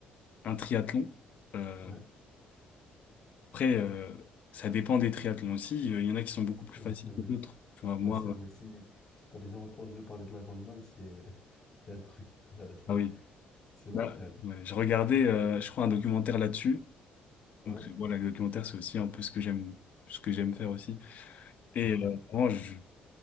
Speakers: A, on the left; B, on the left.
A: un triathlon. Euh,
B: Ouais,
A: après, euh, ça dépend des triathlons aussi. Euh, Il y en a qui sont beaucoup plus
B: ouais,
A: faciles
B: c'est vrai.
A: que d'autres. Tu vois, moi,
B: Ouais, c'est
A: euh,
B: vrai. Si, si tu as déjà entendu parler de l'Ironman, c'est <laughs> c'est un truc, euh, <laughs>
A: ah oui,
B: c'est l'enfer.
A: bah, ouais, je regardais, euh, je crois, un documentaire là-dessus.
B: Ouais,
A: Donc c'est- voilà, les documentaires, c'est aussi un peu ce que j'aime, ce que j'aime faire aussi. Et
B: d'accord.
A: euh, vraiment, je,